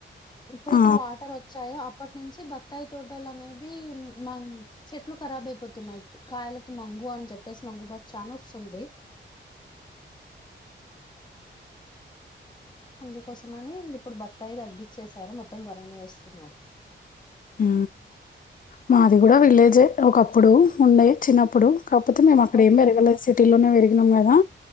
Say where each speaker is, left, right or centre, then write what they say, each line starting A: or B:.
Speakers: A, on the left; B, on the left.
A: ఇప్పుడైతే
B: ఆ,
A: వాటర్ వచ్చాయో అప్పటి నుంచి బత్తాయి తోడలు అనేవి మ చెట్లు ఖరాబ్ అయిపోతున్నాయి కాయలకి మంగు అని చెప్పేసి మంగు బస్ చానా వస్తుంది అందుకోసమని ఇప్పుడు బత్తాయి తగ్గించేసారూ మొత్తం వరీనే వేస్తున్నారు
B: ఊ మాది కూడా విలేజే ఒకప్పుడు ఉండే చిన్నప్పుడు కాకపోతే మేము అక్కడ
A: ఓకే
B: ఏం పెరగలే సిటీలోనే పెరిగినాం కదా